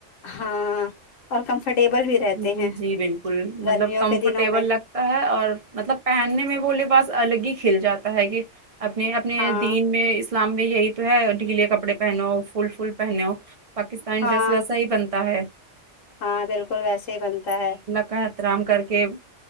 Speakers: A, on the left (about 85°); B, on the right (about 50°).
A: ہاں اور کمفرٹیبل بھی رہتے
B: جی
A: ہیں
B: جی بالکل
A: گرمیوں
B: مطلب کمفرٹیبل
A: کے دنوں میں
B: لگ ہے اور مطلب پہننے میں وہ لے پاس الگ ہی کھل جاتا ہے کہ اپنے اپنے
A: ہاں
B: دین میں اسلام میں یہی تو ہے ڈھیلے کپڑے پہنو فل فل پہنو پاکستانی
A: ہاں
B: ڈریس ویسا ہی بنتا ہے
A: ہاں بالکل ویسے ہی بنتا ہے
B: کا احترام کر کے